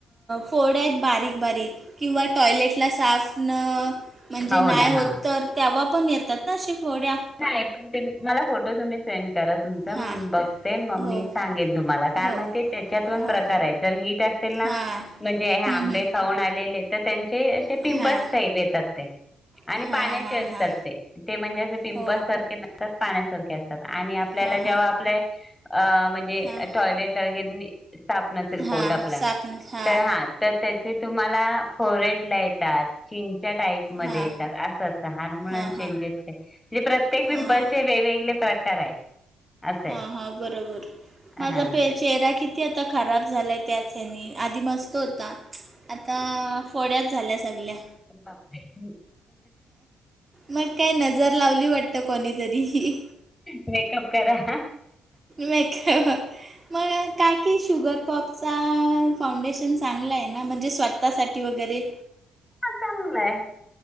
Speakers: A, on the right; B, on the left.
A: फोड्या आहेत बारीक बारीक. किंवा टॉयलेटला साफ न म्हणजे
B: हो
A: नाही
B: ना
A: होत
B: हा
A: तर, तेव्हा येतात ना. अशी फोड्या.
B: नाही. पण ते मला फोटो तुम्ही सेंड करा तुमचा
A: हां
B: मग मी बघते. मग
A: हो
B: मी सांगेन तुम्हाला, कारण
A: हो
B: त्याच्यात पण
A: हो
B: प्रकार आहेत. जर हिट अ सेल ना,
A: हां
B: म्हणजे हे
A: हं,
B: आंबे
A: हं.
B: खाऊन आलेले. तर त्यांचे असे पिंपल्स
A: हां
B: साईज येतात ते. आणि
A: हां
B: पाण्याचे
A: हां
B: असतात
A: हां
B: ते. ते म्हणजे अस
A: हो
B: उपासारखे नसतात. पाण्यासारखे असतात आणि आपल्याला
A: हां
B: जेव्हा
A: हां
B: आपले अ म्ह णजे
A: हां
B: टॉयलेट ला वगैर, साप नसेल पोट
A: हां
B: आपला
A: सापन हां
B: तर हा तर, त्याचे तुम्हाला ला फोरहेड येतात. चींनच्या टाईट मध्ये
A: हां
B: येतात अस असत. हार्मोनल
A: हां हां
B: चेंजेसचे. मग प्रत्येक
A: हां
B: पिंपलच्या वेगवेगळे प्रकार आहेत. असं
A: हा
B: आहे
A: हा बरोबर माझा
B: हा आमच्या
A: पे चेहरा किती किती आता खराब झालाय. त्याच हेनी आधी मस्त होता. आता फोड्याच झाल्या सगल्या.
B: बापरे!
A: मग काय नजर लावली वाटत कोणीतरी..
B: मेकअप! करा
A: मेकअप मग काकी शुगर पॉप्सचा फाउंडेशन चांगलं आहे ना म्हणजे स्वतःसाठी वगैरे
B: हा चांगयच..